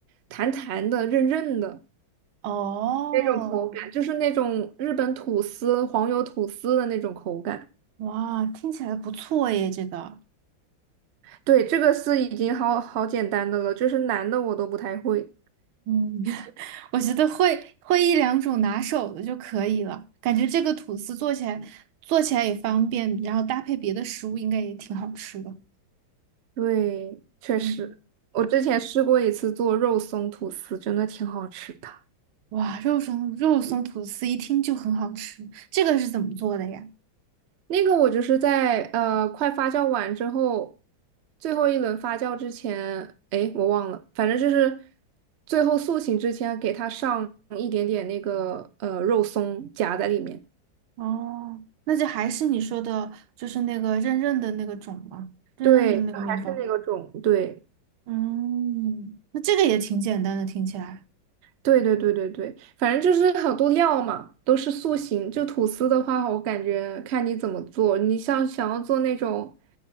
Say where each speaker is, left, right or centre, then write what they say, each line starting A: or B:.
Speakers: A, on the right; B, on the right.
A: 弹弹的、韧韧的
B: 哦，
A: 那种口感，就是那种日本吐司、黄油吐司的那种口感。
B: 哇，听起来不错耶，这个，
A: 对，这个是已经好好简单的了，就是难的我都不太会。
B: 嗯，<laughs> 我觉得会会一两种拿手的就可以了，感觉这个吐司做起来做起来也方便，然后搭配别的食物应该也挺好吃的。
A: 对，确实，
B: 嗯。
A: 我之前试过一次做肉松吐司，真的挺好吃的。
B: 哇，肉松肉松吐司一听就很好吃，这个是怎么做的呀？
A: 那个我就是在呃快发酵完之后，最后一轮发酵之前，哎，我忘了，反正就是最后塑形之前给它上一点点那个呃肉松夹在里面。
B: 哦，那就还是你说的，就是那个韧韧的那个种吗？韧韧的那个面包吗。
A: 对，还是那个种，对。
B: 嗯，那这个也挺简单的，听起来。
A: 对对对对对，反正就是好多料嘛，都是塑形。就吐司的话，我感觉看你怎么做。你像想要做那种